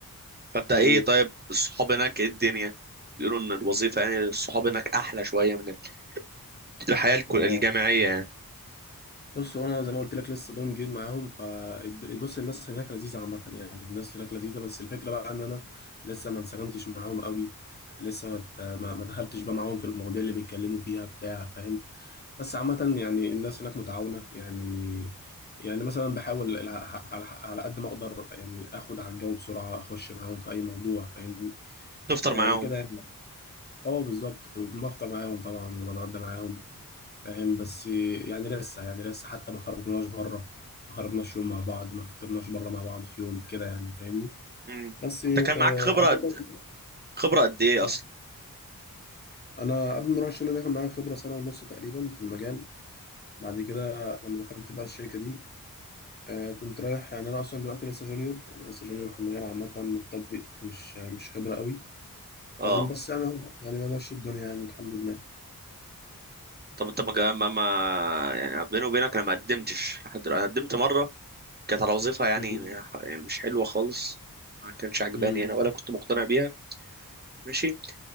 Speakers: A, on the right; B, on the left.
A: فانت ايه
B: امم
A: طيب الصحاب هناك ايه الدنيا بيقولوا ان الوظيفة يعني الصحاب هناك احلى شوية من ال- الحياة الك-
B: اه
A: الجامعية يعني
B: بص هو انا زي ما قلت لك لسه ضم جديد معاهم ف بص الناس هناك لذيذه عامه يعني الناس هناك لذيذه بس الفكره بقى ان انا لسه ما انسجمتش معاهم قوي لسه ما ت- ما ما دخلتش بقى معاهم في المواضيع اللي بيتكلموا فيها بتاع فاهم بس عامه يعني الناس هناك متعاونه يعني يعني مثلا بحاول الع- على على قد ما اقدر يعني اخد على الجو بسرعه اخش معاهم في اي موضوع فاهمني
A: تفطر
B: آه
A: معاهم
B: وكده يعني اه بالظبط بفطر معاهم طبعا وبتغدى معاهم فاهم بس يعني لسه يعني لسه حتى ما خرجناش بره ما خرجناش يوم مع بعض ما فطرناش بره مع بعض في يوم كده يعني فاهمني
A: مم.
B: بس آه،
A: انت كان معاك خبرة
B: عامة
A: قد... خبرة قد ايه
B: آه،
A: اصلا
B: انا قبل ما اروح الشغل ده كان معايا خبرة سنة ونص تقريبا في المجال بعد كده لما دخلت بقى الشركة دي آه، كنت رايح يعني انا اصلا دلوقتي لسه جونيور يعني لسه جونيور في المجال عامة مبتدئ مش مش خبرة قوي
A: اه
B: فاهم بس يعني يعني بمشي الدنيا يعني الحمد لله
A: طب انت ما جا- ما ما- يعني بيني وبينك انا ما قدمتش لحد انا قدمت مرة كانت على وظيفة يعني
B: مم.
A: يعني مش حلوة خالص ما كانش عجباني
B: مم.
A: انا ولا كنت مقتنع بيها ماشي